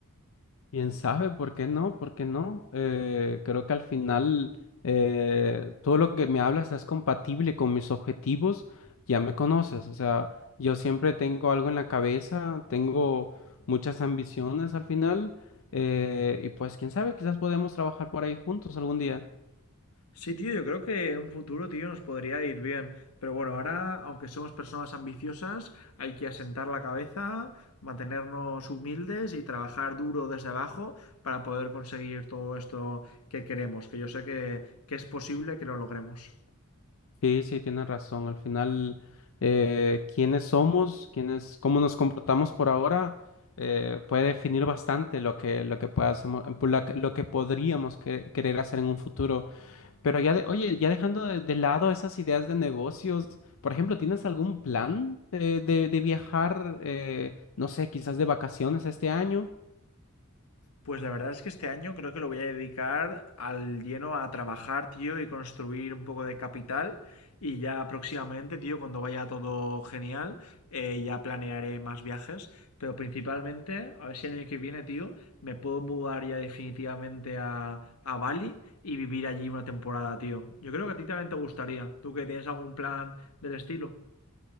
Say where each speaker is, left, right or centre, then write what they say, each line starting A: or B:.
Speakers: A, on the left; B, on the left.
A: Quién sabe, ¿por qué no? ¿Por qué no? Eh, creo que al final eh, todo lo que me hablas es compatible con mis objetivos, ya me conoces, o sea, yo siempre tengo algo en la cabeza, tengo muchas ambiciones al final, eh, y pues quién sabe, quizás podemos trabajar por ahí juntos algún día.
B: Sí, tío, yo creo que en un futuro, tío, nos podría ir bien. Pero bueno, ahora, aunque somos personas ambiciosas, hay que asentar la cabeza, mantenernos humildes y trabajar duro desde abajo para poder conseguir todo esto que queremos, que yo sé que, que es posible que lo logremos.
A: Sí, sí, tienes razón. Al final, eh, quiénes somos, quiénes, cómo nos comportamos por ahora, eh, puede definir bastante lo que, lo que pueda hacemo- pu- la que- lo que podríamos que- querer hacer en un futuro. Pero ya, de- oye, ya dejando de, de lado esas ideas de negocios, por ejemplo, ¿tienes algún plan eh, de, de viajar, eh, no sé, quizás de vacaciones este año?
B: Pues la verdad es que este año creo que lo voy a dedicar al lleno a trabajar, tío, y construir un poco de capital. Y ya próximamente, tío, cuando vaya todo genial, eh, ya planearé más viajes. Pero principalmente, a ver si el año que viene, tío, me puedo mudar ya definitivamente a, a Bali y vivir allí una temporada, tío. Yo creo que a ti también te gustaría. ¿Tú que tienes algún plan del estilo?